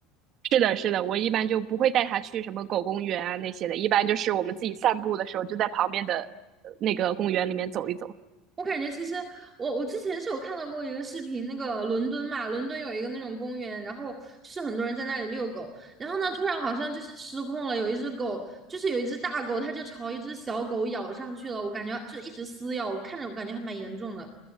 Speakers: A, on the right; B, on the right.
A: 是的，是的，我一般就不会带它去什么狗公园啊那些的，一般就是我们自己散步的时候，就在旁边的呃那个公园里面走一走。
B: 我感觉其实我我之前是有看到过一个视频，那个伦敦嘛，伦敦有一个那种公园，然后就是很多人在那里遛狗，然后呢，突然好像就是失控了，有一只狗，就是有一只大狗，它就朝一只小狗咬上去了，我感觉就一直撕咬，我看着我感觉还蛮严重的。